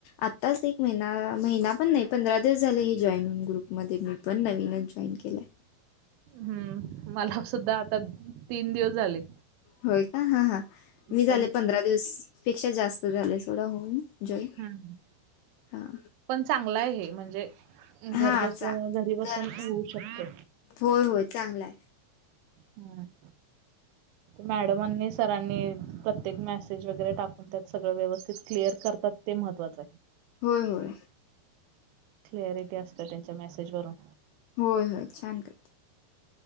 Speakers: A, on the left; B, on the right.
A: आ तच एक महिना महिना पण नाही पंधरा दिवस झाले हे जॉईन होऊन ग्रुपमध्ये मी पण नवीनच जॉईन केलाय
B: हम्म मला सुद्धा आता तीन दिवस झाले.
A: होय का हा हा मी झाले
B: पण
A: पंधरा दिवस पेक्षा जास्त झाले <unintelligible> होऊन. जॉईन
B: हम्म
A: हां
B: पण चांगल आहे हे म्हणजे घर
A: हां
B: बसून
A: चांग
B: घरी बसून
A: घर
B: होऊ शकते.
A: होय होय चांगलय.
B: हम्म मॅडमांनी सरांनी प्रत्येक मेसेज वगैरे टाकत्यात सगळं व्यवस्थित क्लिअर कर मग ते महत्वाचंय.
A: होय होय.
B: क्लिआरिटी असतिया त्यांच्या मेसेज वरून.
A: होय होय छान कर